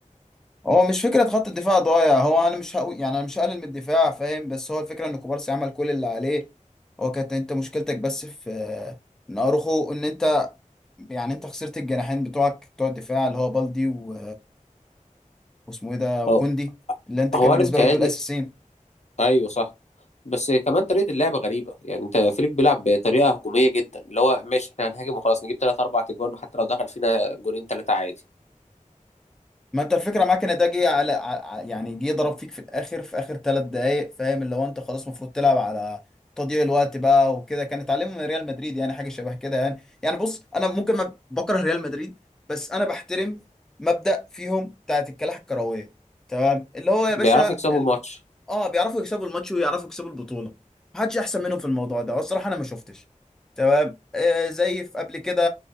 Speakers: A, in the centre; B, on the left.
A: هو مش فكره خط الدفاع ضايع هو انا مش هقول يعني انا مش هقلل من الدفاع فاهم بس هو الفكره ان كوبارسي عمل كل اللي عليه هو كانت انت مشكلتك بس في ان اروخو ان انت يعني انت خسرت الجناحين بتوعك بتوع الدفاع اللي هو بالدي و... واسمه ايه ده وكوندي
B: هو
A: اللي انت
B: هو
A: كان بالنسبه
B: انا متهيألي
A: لك دول اساسيين
B: ايوه صح بس كمان طريقه اللعب غريبه يعني انت فليك بيلعب بطريقه هجوميه جدا اللي هو ماشي احنا هنهاجم وخلاص نجيب ثلاث اربع اجوان وحتى لو دخل فينا جونين ثلاثه عادي
A: ما انت الفكره معاك ان ده جه على ع- يعني جه ضرب فيك في الاخر في اخر ثلاث دقائق فاهم اللي هو انت خلاص المفروض تلعب على تضييع الوقت بقى وكده كان اتعلمه من ريال مدريد يعني حاجه شبه كده يعني يعني بص انا ممكن ما بكره ريال مدريد بس انا بحترم مبدأ فيهم بتاعت الكلاح الكرويه تمام اللي هو يا باشا
B: بيعرفوا يكسبوا
A: الم...
B: الماتش
A: اه بيعرفوا يكسبوا الماتش ويعرفوا يكسبوا البطوله محدش احسن منهم في الموضوع ده والصراحه انا ما شفتش تمام آه زي في قبل كده